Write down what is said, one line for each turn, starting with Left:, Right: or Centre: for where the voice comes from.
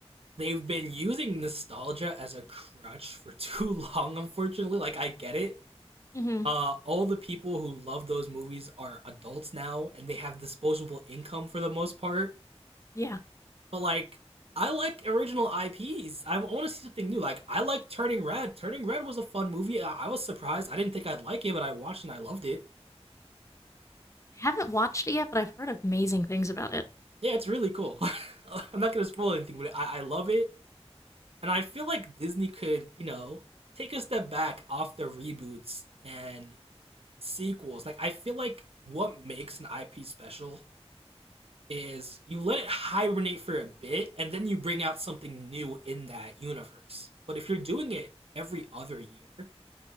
Right: they've been using nostalgia as a crutch for <laughs> too long, unfortunately. Like, I get it.
Left: Mm-hmm.
Right: Uh, all the people who love those movies are adults now and they have disposable income for the most part.
Left: Yeah.
Right: But, like, I like original IPs. I want to see something new. Like, I like Turning Red. Turning Red was a fun movie. I, I was surprised. I didn't think I'd like it, but I watched and I loved it.
Left: I haven't watched it yet, but I've heard amazing things about it.
Right: Yeah, it's really cool. <laughs> I'm not going to spoil anything, but I, I love it. And I feel like Disney could, you know, take a step back off the reboots and sequels. Like I feel like what makes an IP special is you let it hibernate for a bit and then you bring out something new in that universe. But if you're doing it every other year,